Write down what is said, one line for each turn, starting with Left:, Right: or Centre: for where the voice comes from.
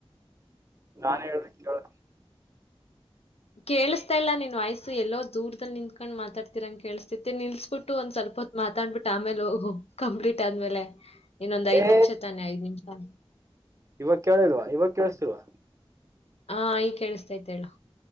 Right: ನಾನೇ ಹೇಳ್ದಂಗೆ ಕೇಳು ನೀ.
Left: ಕೇಳುಸ್ತಾ ಇಲ್ಲ ನಿನ್ ವಾಯ್ಸು ಎಲ್ಲೋ ದೂರದಲ್ಲಿ ನಿಂತ್ಕಂಡ್ ಮಾತಾಡ್ತಿರಂಗ್ ಕೇಳಸ್ತೈತಿ ನಿಲ್ಸ್ಬಿಟ್ಟು ಒಂದ್ ಸ್ವಲ್ಪ ಹೊತ್ ಮಾತಾಡ್ಬಿಟ್ಟು ಆಮೇಲೆ ಹೋಗು ಕಂಪ್ಲೀಟ್ ಆದ್ಮೇಲೆ. ಇನ್ನೊಂದ್ ಐದ್ಮಿಷ
Right: ಏ
Left: ತಾನೆ ಐದ್ ನಿಮ್ಷ. ಹಾ
Right: ಇವಾಗ ಕೇಳಿಲ್ವಾ ಇವಾಗ ಕೇಳಿಸ್ತಿಲ್ವ.
Left: ಹಾ ಈಗ ಕೇಳಿಸ್ತೈತೆ ಹೇಳು.